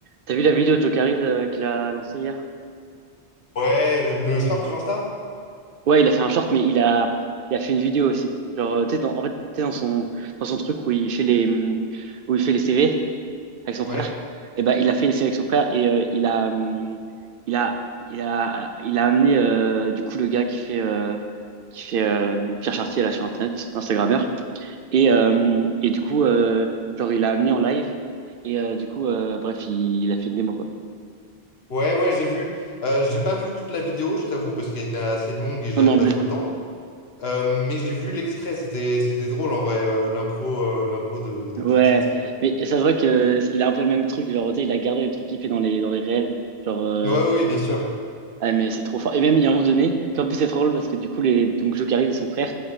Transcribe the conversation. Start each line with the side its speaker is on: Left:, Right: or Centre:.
Right: T'as vu la vidéo de Jokeris euh, qu'il a lancée hier?
Left: Ouais, le short sur Insta?
Right: Ouais, il a fait un short, mais il a, il a fait une vidéo aussi. Genre, euh, tu sais, dans- en fait, tu sais, dans son, dans son truc où il fait les, hum, où il fait les CV avec son frère,
Left: Ouais.
Right: et ben, il a fait les CV avec son frère et euh, il a, hum, il a, il a, il a amené euh, du coup le gars qui fait, euh, qui fait euh, Pierre Chartier là sur Internet, l'Instagrammeur, et, euh, et du coup, euh, genre, il l'a amené en live et euh, du coup, euh, bref, il, il a fait une démo quoi.
Left: Ouais, ouais, j'ai vu. Euh, j'ai pas vu toute la vidéo, je t'avoue, parce qu'elle était assez longue et j'avais
Right: Non, mais en
Left: pas
Right: plus.
Left: trop le temps. Euh, mais j'ai vu l'extrait, c'était c'était drôle en vrai, euh, l'impro euh, l'impro de, de
Right: Ouais,
Left: Pierre Chartier. Ouais,
Right: mais ça se voit que il a un peu le même truc, genre, tu sais, il a gardé le truc qu'il fait dans les, dans les réels. Genre, euh,
Left: Ouais, oui, bien sûr.
Right: ah, mais c'est trop fort. Et même, il y a un moment donné, en plus, c'est trop drôle parce que du coup, les, donc, Joe Carril et son frère,